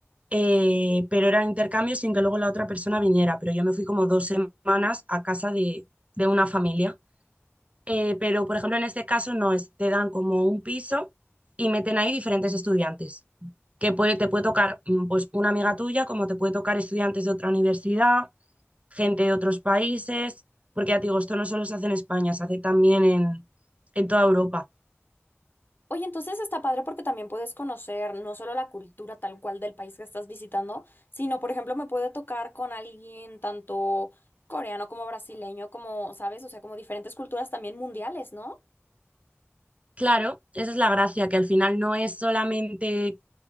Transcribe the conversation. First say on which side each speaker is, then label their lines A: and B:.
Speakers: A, on the right; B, on the left.
A: eh, pero era intercambio sin que luego la otra persona viniera, pero yo me fui como dos semanas a casa de, de una familia. Eh, pero, por ejemplo, en este caso no, es, te dan como un piso y meten ahí diferentes estudiantes, que puede, te puede tocar mm, pues una amiga tuya, como te puede tocar estudiantes de otra universidad, gente de otros países, porque ya te digo, esto no solo se hace en España, se hace también en, en toda Europa.
B: Oye, entonces está padre porque también puedes conocer no solo la cultura tal cual del país que estás visitando, sino, por ejemplo, me puede tocar con alguien tanto coreano como brasileño, como, ¿sabes? O sea, como diferentes culturas también mundiales, ¿no?
A: Claro, esa es la gracia, que al final no es solamente